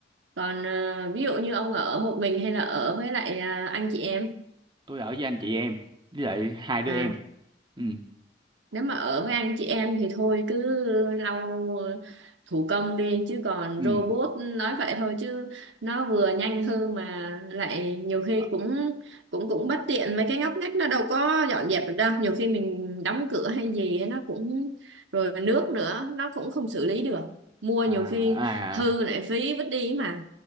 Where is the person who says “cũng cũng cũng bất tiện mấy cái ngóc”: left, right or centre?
Right